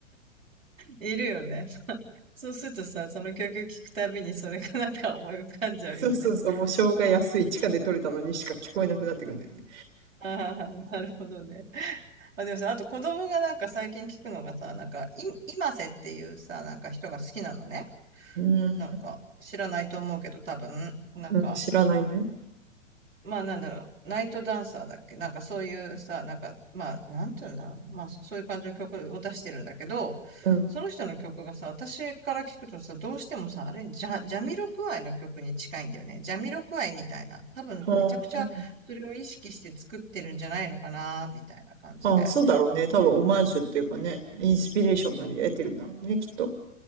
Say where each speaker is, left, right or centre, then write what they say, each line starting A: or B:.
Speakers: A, on the right; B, on the right.
A: いるよね。<laughs> そうするとさ、その曲聴くたびにそれがなんか思い浮かんじゃうよね。
B: そうそうそう。
A: <laughs>
B: もう生姜安い、地下で取れたのにしか聞こえなくなってくるんだよね。
A: ああ、なるほどね。あ、でもさ、あと子供がなんか最近聞くのがさ、なんか、い、今瀬っていうさ、なんか人が好きなのね。
B: うん。
A: なんか、知らないと思うけど、多分、なんか、
B: うん、知らないね。
A: まあなんだろう、ナイトダンサーだっけなんかそういうさ、なんか、まあ、なんていうんだろう。まあそういう感じの曲を出してるんだけど、
B: うん。
A: その人の曲がさ、私から聞くとさ、どうしてもさ、あれ、ジャ、ジャミロクワイの曲に近いんだよね。ジャミロクワイみたいな。多分めちゃくちゃそれを意識して作ってるんじゃないのかな、
B: ほん
A: みたいな感じで。
B: ああ、そうだろうね。多分オマージュっていうかね、インスピレーションなり得てるんだろうね、きっと。